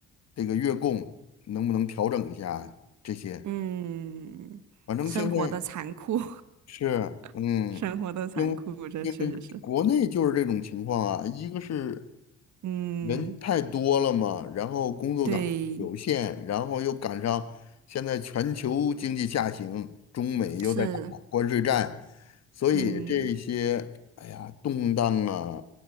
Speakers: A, on the left; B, on the right.
A: 这个月供能不能调整一下这些。
B: 嗯，
A: 反正现在
B: 生活的残酷，
A: 是嗯，
B: <laughs> 生活的残酷，
A: 因为因为国内就是这种情况啊，
B: 这确实是，
A: 一个是
B: 嗯，
A: 人太多了嘛，然后工作岗有限，
B: 对，
A: 然后又赶上现在全球经济下行，中美又在打关税战，
B: 是，
A: 所以这些哎呀动荡啊，
B: 嗯。